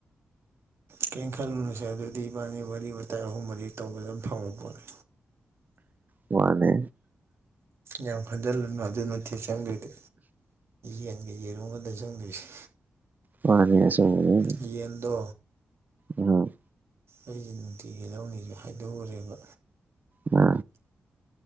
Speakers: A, on the right; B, on the right.
A: ꯀꯩꯅꯅ ꯈꯜꯂꯨꯅꯨꯁꯦ ꯑꯗꯨꯗꯤ ꯏꯕꯥꯅꯤ ꯋꯥꯔꯤ ꯋꯥꯇꯥꯏ ꯑꯍꯨꯝ ꯃꯔꯤ ꯇꯧꯕꯗ ꯑꯗꯨꯝ ꯊꯪꯕ ꯄꯣꯠꯅꯤ
B: ꯋꯥꯅꯦ
A: ꯌꯥꯝ ꯈꯟꯖꯤꯜꯂꯅꯨ ꯑꯗꯨ ꯅꯠꯇꯦ ꯆꯪꯗ꯭ꯔꯗꯤ ꯌꯦꯟꯒ ꯌꯦꯔꯨꯒꯗ ꯆꯪꯗꯣꯏꯁꯦ
B: ꯃꯥꯅꯦ ꯑꯁꯦꯝꯕꯃꯛꯅꯦ
A: ꯌꯦꯌꯦꯟꯗ
B: ꯑꯍꯝ
A: ꯑꯩꯁꯦ ꯅꯨꯡꯇꯤꯒꯤ ꯂꯧꯅꯤꯁꯨ ꯍꯥꯏꯗꯣꯛꯎꯔꯦꯕ
B: ꯅꯥ